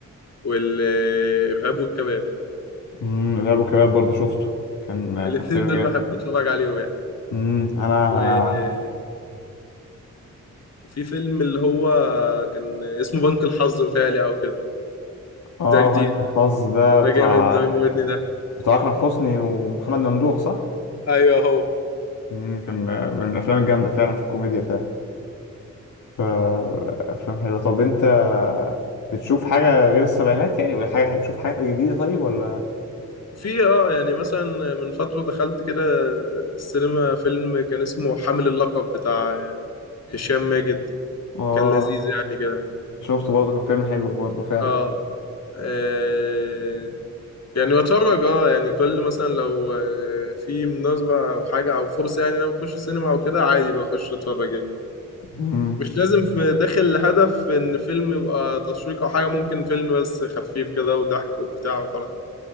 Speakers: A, on the left; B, on the left.
A: والارهاب والكباب
B: امم الارهاب والكباب برضه شفته كان آه،
A: الاثنين
B: كان فيلم
A: دول
B: جامد
A: بحب اتفرج عليهم يعني
B: امم انا
A: و- وفي فيلم اللي هو كان اسمه بنك الحظ متهيألي او كده
B: اه
A: ده جديد
B: بنك الحظ ده
A: ده
B: بتاع
A: جامد ده بيموتني ده
B: بتاع اكرم حسني ومحمد ممدوح صح؟
A: ايوه هو
B: امم كان آه، من الافلام الجامدة فعلا في الكوميديا فعلا فأفلام حلوة طب أنت بتشوف حاجة غير السبعينات يعني ولا حاجة بتشوف حاجات جديدة طيب ولا
A: في اه يعني مثلا من فترة دخلت كده السينما فيلم كان اسمه حامل اللقب بتاع هشام ماجد
B: اه
A: كان لذيذ يعني كده
B: شفته برضه كان فيلم حلو برضه فعلا
A: اه آه، يعني بتفرج اه يعني كل مثلا لو آه، في مناسبة او حاجة او فرصة يعني إن انا بخش السينما او كده عادي بخش اتفرج يعني
B: مم.
A: مش لازم في- داخل لهدف ان فيلم يبقى تشويق او حاجة ممكن فيلم بس خفيف كده وضحك وبتاع وخلاص